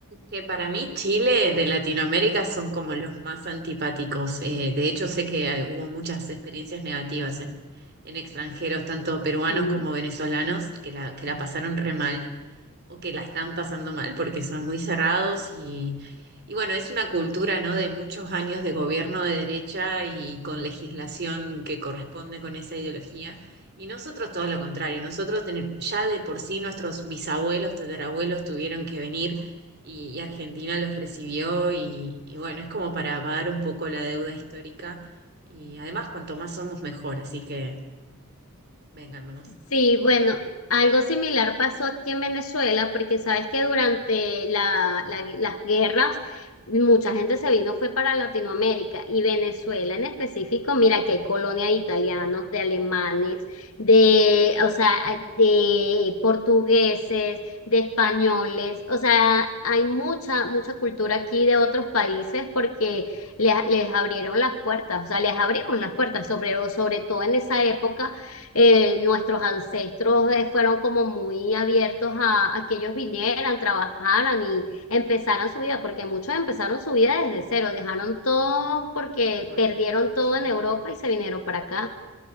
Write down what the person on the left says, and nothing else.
Sí,
Sí, bueno, algo similar pasó aquí en Venezuela, porque sabes que durante la- la- las guerras mucha gente se vino, fue para Latinoamérica y Venezuela en específico, mira, aquí hay colonia de italianos, de alemanes, de, o sea, de portugueses, de españoles, o sea, hay mucha, mucha cultura aquí de otros países porque les, les abrieron las puertas, o sea, les abrimos las puertas, sobre, sobre todo en esa época eh, nuestros ancestros eh, fueron como muy abiertos a, a que ellos vinieran, trabajaran y empezaran su vida, porque muchos empezaron su vida desde cero, dejaron todo porque
perdieron todo
en Europa y se vinieron para acá.